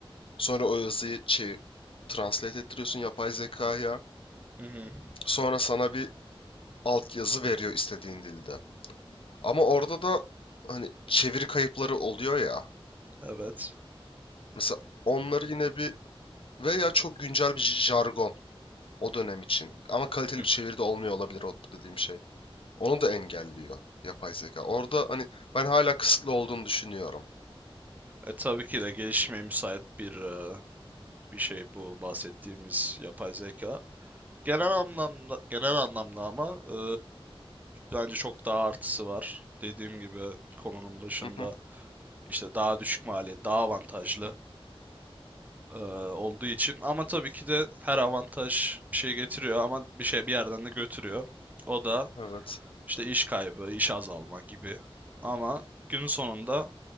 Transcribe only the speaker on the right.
Hı hı.
evet.
Hı.
E, tabii ki de gelişmeye müsait bir e, bir şey bu bahsettiğimiz yapay zeka. Genel anlamda genel anlamda ama e, bence çok daha artısı var. Dediğim gibi konunun başında
işte daha düşük maliyet, daha avantajlı e, olduğu için. Ama tabii ki de her avantaj bir şey getiriyor ama bir şey bir yerden de götürüyor. O da
işte iş kaybı, iş azalma gibi. Ama günün sonunda